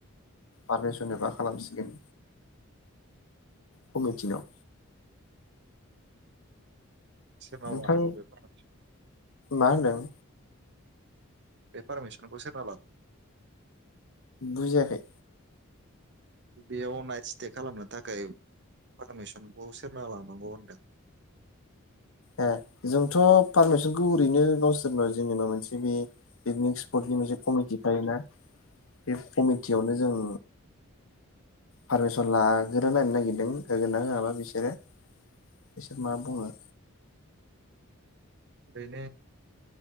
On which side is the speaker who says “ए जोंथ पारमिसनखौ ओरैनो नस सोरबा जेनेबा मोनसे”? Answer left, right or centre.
Left